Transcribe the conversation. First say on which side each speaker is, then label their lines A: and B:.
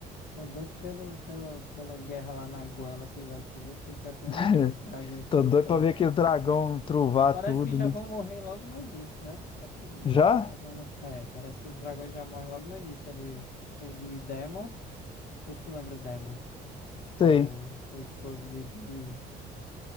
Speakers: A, on the left (about 60°); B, on the left (about 30°).
A: tô doido pelo, pelo, pela guerra lá na goela que vai ter, que eu quero mesmo
B: <laughs>
A: ver os dragões
B: Tô
A: com
B: doido
A: toda.
B: pra ver aquele dragão truvar
A: Parece
B: tudo,
A: que já
B: né?
A: vão morrer logo no início, né? É o que dizem,
B: Já?
A: né? Já vão... É, parece que os dragões já morrem logo no início ali. O de Demon, não sei se tu lembra Demon. que
B: Sei,
A: é o, o esposo de, de